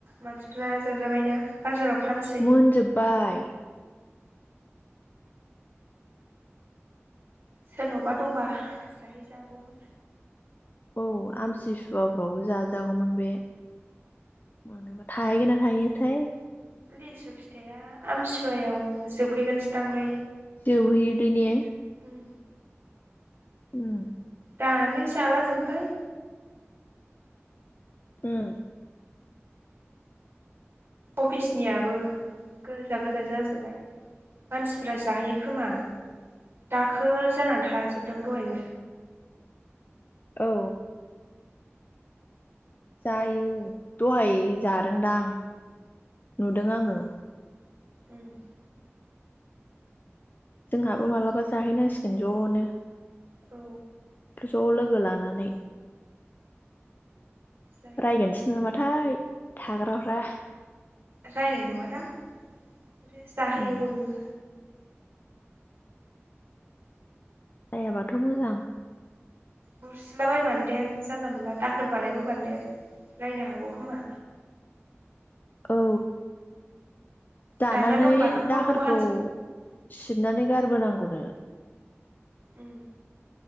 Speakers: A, on the right (about 55°); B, on the left (about 40°).
A: मानसिफोरना जाजाबायना बाजाराव फानसै
B: मोनजोब्बाय।
A: सोरनावबा दंबा जाहैजागौमोन।
B: औ आमथि सुवाफ्रावबो जाजागौमोन बे मोनोबा, थाहैगोन ना थाहैयोथाय?
A: लिसु फिथाइया आमथिसुवायाव जोबहैगोनसोदांलै।
B: जोबहैयोदै ने?
A: उम
B: उम
A: दानो जाला जोब्बाय।
B: उम
A: अफिसनियाबो गोजा गोजा जाजोब्बाय मानसिफोरा जाहैयो खोमा दाखोर जानानै थाजोबदों दहायबो।
B: औ जायो दहाय जादोंदां नुदों आङो।
A: उम।
B: जोंहाबो माब्लाबा जाहैनांसिगोन जनो
A: औ
B: जलोगो लानानानैै
A: जाहैनांगौ
B: रायगोनसो
A: मालाबा
B: नामाथाय थाग्रा <unintelligible>
A: रायनाय नंङा दां माथो‌ जाहोयो
B: ए
A: बयबो
B: रायाबाथ मोजां
A: बुरसिला बायबा नो‌ देन जानला मोनला दाखोर बानायबोबा नो देन रायनो हागौ खोमा
B: औ जानानै
A: दान्दा दंबा थख'
B: दाखोरखौ
A: थख' हानसै
B: सिबनानै गारबो नांगौ नो
A: उम